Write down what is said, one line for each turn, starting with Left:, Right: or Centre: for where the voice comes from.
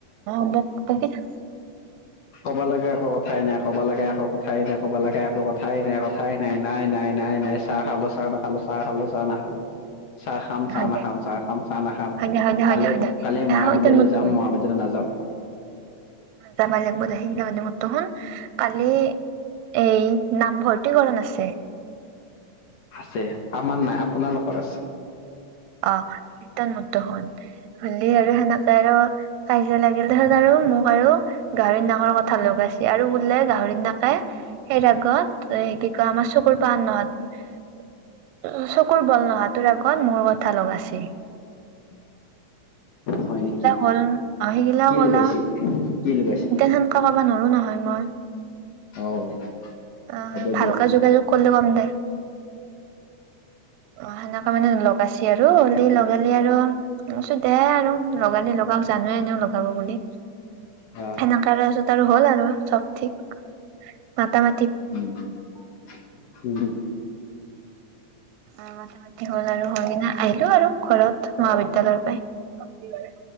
Right: অ' বক বকি থাক।
Left: ক'ব লাগে একো কথাই নাই, ক'ব লাগে এক কথাই নাই, কব লাগা একো কথাই নাই, কথাই নাই- নাই-নাই-নাই-নাই চাহ খালো, চাহ নাখালো, চাহ খালো, চাহ নাখালো। চাহ খাম, চাহ
Right: হয়
Left: নাখাম,
Right: দে
Left: চাহ খাম, চাহ নাখাম
Right: হয় দে হয় দে
Left: কালি-কালি
Right: হয় দে হয় দে
Left: মহাবিদ্যালয়
Right: আহ এতিয়া মোৰতো
Left: যাম,
Right: শুন
Left: মহাবিদ্যালয় নাযাওঁ।
Right: যাবা লাগিব দে, সেইলা বাদ দি মোৰটো শুন, কালি এই নামভৰ্তিকৰণ আছে।
Left: আছে আমাৰ নাই, আপোনালোকৰ আছে।
Right: অ' তই মোৰটো শুন হ'লি আৰু সেনেকে আৰু কাজিয়া লাগিল, তাৰ পিছত আৰু মোক আৰু গাহৰি নাকৰ কথা লগাইছে আৰু বোলে গাহৰিৰ নাকে সেইৰ আগত এ কি কয় আমাৰ চকুৰ পাণ নহয় উ, চকুৰ বল নহা তোৰ আগত মোৰত কথা লগাইছি।
Left: হয়
Right: সেইগিলাক
Left: নেকি
Right: হ'ল, সেইগিলাক
Left: কি
Right: ক'লা
Left: লগাইছে কি লগাইছে
Right: সেনকে ক'ব নোৱাৰো নহয় মই,
Left: অ
Right: অহ
Left: হ'ব
Right: ভালকে
Left: দিয়ক
Right: যোগাযোগ কৰিলে কম দে। অ' সেনেকা মানে লগ বাচি আৰু হলি, লগালি আৰু দে আৰু লগালি লগাও, জানোৱে এনেও লগ ব বুলি
Left: আহ
Right: সেনেকা পাছত আৰু হ'ল আৰু চব ঠিক মাতা ম
Left: উম-উম।
Right: অ' মথা মতি হ'ল আৰু হৈ কিনা আহিলো আৰু ঘৰত মহাবিদ্যালয়ৰ পৰাই